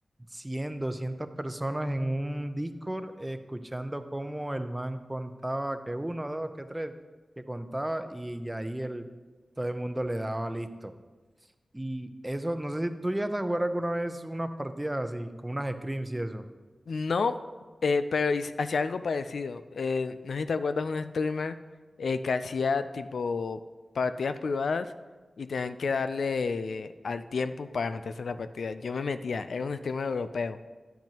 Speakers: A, on the right; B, on the left.
A: cien doscientas personas en un Discord eh, escuchando cómo el man contaba que uno, dos, que tres, que contaba y, ya ahí el, todo el mundo le daba listo. Y eso, no sé si tú llegaste a jugar alguna vez unas partidas así, como unas scrims y eso.
B: No, eh, pero hice- hacía algo parecido. Eh, no sé si te acuerdas de un streamer eh, que hacía tipo partidas privadas y tenían que darle al tiempo para meterse en la partida. Yo me metía, era un streamer europeo.